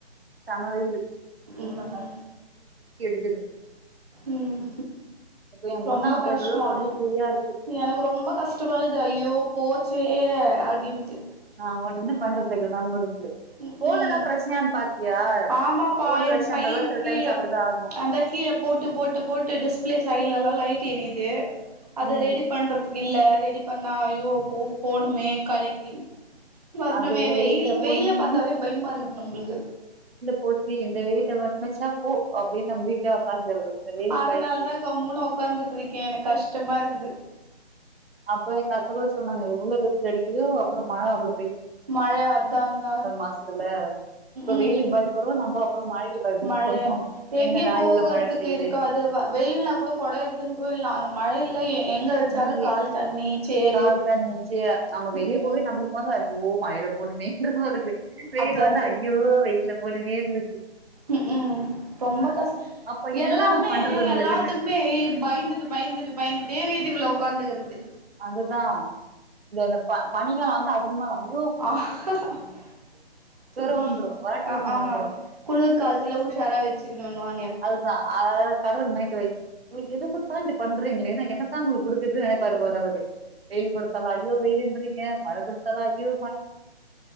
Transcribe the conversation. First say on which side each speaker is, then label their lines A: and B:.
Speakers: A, on the right (about 65°); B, on the right (about 35°).
A: சம வெயிலு
B: இல்லமா
A: எடுக்குது
B: ம்
A: இப்ப என்
B: ரொம்ப
A: பொண்ணு அங்க போயிட்டு
B: கஷ்டோ
A: கொஞ்ச
B: ஆனா
A: ஃப்ரீயா இருக்கு
B: எனக்கு ரொம்ப கஷ்டமாக்குது ஐயோ போச்சே அப்டின்ட்டு
A: நா ஒண்ணு பண்றத்துக்கு <unintelligible>
B: ம்
A: ஃபோன்
B: ம்
A: எதா ப்ரச்சனையான் பாத்தியா
B: ஆமாப்பா
A: போன் பிரச்சனை
B: என்
A: இருந்தா
B: பையன்
A: கூட சில
B: கீழ
A: டைம்ஸ் அப்படிதான் ஆகும்
B: அந்தக் கீழப் போட்டுப் போட்டுபெ போட்டு டிஸ்ப்ளே சைட்லலா லைட் டு எரிதே அத
A: ம்
B: ரெடி பண்றதுக்கு இல்ல ரெடி பண்ணா ஐயோ போ போணுமே கடைக்கி வர்னமே
A: அது இந்த
B: வெயில் வெயில
A: போணுமே
B: பாத்தாவே பயமாருக்குது நம்ளுக்கு
A: போண்மே இந்த வெயில வந்திர்சா போ அப்படின்னு நம்ம வீட்லயே உக்காந்துறது இந்த வெயில்
B: அதனாலதா
A: பயந்துனே
B: கம்முனு ஒக்காந்துட்ருக்கே எனக் கஷ்ட்டமாருக்குது
A: அப்ப எங்க அத்த கூட சொன்னாங்க எவ்ளோ வெயில் அடிக்குதோ அப்பற மழ அவ்ளோ
B: மழ அத்தா அத்தா
A: மாசத்துல இப்ப
B: ம்
A: வெயிலுக்கு பயப்படுறோம் நம்ம அப்புறம் மழைக்கு பயப்பட
B: மழ
A: போறோம்
B: எங்கயு
A: என்னடா
B: போகற்துக்கு
A: இவ்வளவு மழை பெய்யுதேன்னு
B: இருக்காது வ வெயில்னா கூட கொட எடுத்துன் போயில்லா அந்த மழைல எ எங்க வச்சாலு
A: மூலே
B: கால் தண்ணி சேறு
A: கால் தண்ணி சே நம்ம
B: ம்
A: வெளியே போவே
B: ம்
A: நம்ளுக் மொதல ஓ மழைல போனுமே ன்ற மார்ருக்கு வெயிலு
B: அதா
A: வந்த அய்யோ வெயில் போதுமேன்ருக்கு
B: ம்க்ம் ரொம்ப கஷ்
A: அப்ப என்னடா
B: எல்லாமே
A: நா பண்றது உங்களுக்குன்னு
B: எல்லாத்துக்மே பயிந்துட்டு பயிந்துட்டு பயிந்துட்டே வீட் இதுல ஒக்காந்துகிறது
A: அதுதா இந்த இந்த ப பனிகாலோ வந் அ அதுக்கு மேலாண்டி
B: அக்அ
A: ஜொரோ வந்துரு வாட்டர்கள் வந்துரு
B: குளுர் கால்த்துல உஷாரா வெச்சுக்கணுவாங்
A: அதுதா ஆ கடவுள் மைண்ட் வாய்ஸ் உங்குளுக் எது குடுத்தாலு இப்டி பண்றீங்களே நா என்னத்தா உங்குளுக் குடுக்குற்து நெனைப்பாரு போல அவரு வெயில் குடுத்தா ஜயோ வெயிலுன்றீங்க மழ குடுத்தாலு அய்யோ